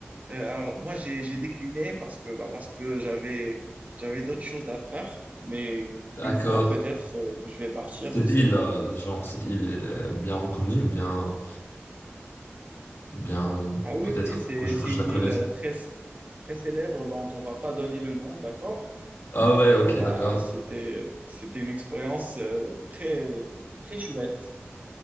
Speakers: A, on the right (about 40°); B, on the left (about 80°).
A: Euh, alors, moi, j'ai, j'ai décliné parce que, bah, parce que j'avais, j'avais d'autres choses à faire. Mais
B: d'accord.
A: une fois, peut-être, euh, je vais partir,
B: Cette
A: je sais
B: île,
A: pas.
B: euh, genre, cette île, elle est bien reconnue ou bien, bien,
A: Ah oui,
B: peut-être
A: oui, c'est,
B: que je,
A: c'est
B: que
A: une
B: je la connais.
A: île euh, très, très célèbre dont on va pas donner le nom, d'accord?
B: Ah
A: Mais
B: ouais,
A: du
B: ok,
A: coup, bah,
B: d'accord.
A: c'était, c'était une expérience euh, très, très chouette.